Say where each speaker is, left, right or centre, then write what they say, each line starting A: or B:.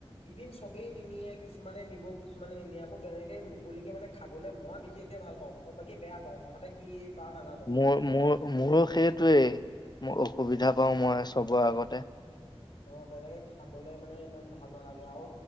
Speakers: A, on the left; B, on the left.
A: টিফিন চবেই নিনিয়ে, কিছুমানে নিব, কিছুমানে নিনিয়া আকৌ তেনেকে মুকলিকে মানে খাবলৈ মই বিশেষকে ভাল পাওঁ অ'- বা কি বেয়া পাওঁ। তহঁতে কি পাৱ নাজানো আৰু
B: মোৰ-
A: ন।
B: মোৰ- মোৰো সেইটোৱেই। মোৰ অসুবিধা পাওঁ মই চবৰ আগতে।
A: অ' তেনেকে খাবলে মানে ইমান ভাল নালাগে, আৰু